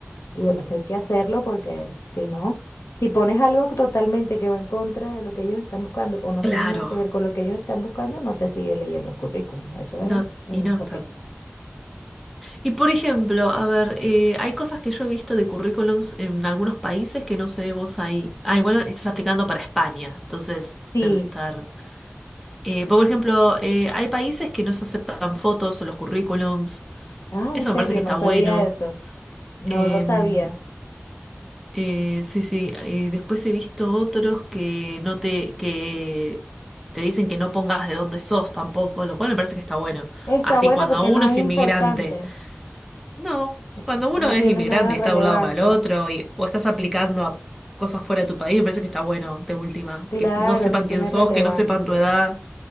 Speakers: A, on the left; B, in the centre.
A: Y bueno, eso hay que hacerlo porque si no, si pones algo totalmente que va en contra de lo que ellos están buscando o no
B: Claro,
A: tiene nada que ver con lo que ellos están buscando, no te sigue leyendo el currículum. Eso
B: no,
A: es mm,
B: y no
A: porque
B: está.
A: sí.
B: Y por ejemplo, a ver, eh, hay cosas que yo he visto de currículums en algunos países que no sé vos ahí. Ay, bueno, estás aplicando para España, entonces
A: Sí.
B: debe estar. Eh, por ejemplo, eh, hay países que no se aceptan fotos en los currículums.
A: Ah,
B: Eso
A: en serio,
B: me parece que
A: no
B: está
A: sabía
B: bueno.
A: eso. No
B: Em,
A: lo sabía.
B: eh, sí, sí. Y después he visto otros que no te, que te dicen que no pongas de dónde sos tampoco, lo cual me parece que está bueno.
A: Está
B: Así
A: bueno
B: cuando
A: porque no
B: uno
A: es
B: es
A: importante.
B: inmigrante. No,
A: eh,
B: cuando uno
A: No
B: es
A: tiene
B: inmigrante
A: nada
B: y
A: de
B: está
A: relevancia.
B: de un lado para el otro y, o estás aplicando a cosas fuera de tu país, me parece que está bueno, de última,
A: Claro,
B: que no sepan
A: no tiene
B: quién sos,
A: relevancia.
B: que no sepan tu edad,